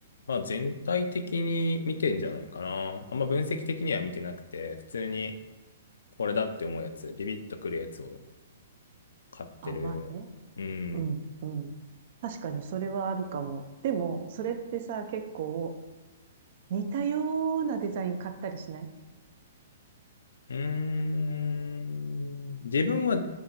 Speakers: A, on the left; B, on the right.
A: まあ全体的に見てんじゃないかな。あんま分析的には見てなくて、普通にこれだって思うやつ、ビビッとくるやつを買ってる。
B: あ、まあね。
A: うん。
B: うん、うん。確かにそれはあるかも。でも、それってさ、結構似たようなデザイン買ったりしない
A: うーん。自分は